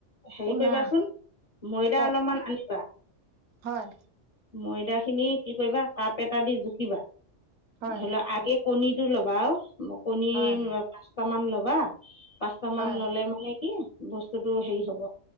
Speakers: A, on the left (about 40°); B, on the right (about 70°).
A: হেৰি
B: শুনা
A: কৰিবাচোন ময়দা
B: কওক
A: অলপমান আনিবা
B: হয়,
A: ময়দা খিনি কি কৰিবা তাপ এটা দি জুখিবা
B: হয়
A: ধৰি লওক আগে কণীটো লবা আৰু কণী
B: হয়
A: পাঁচট মান লবা কামান
B: হয়
A: ললে মানে কি বস্তুতটো হেৰি হব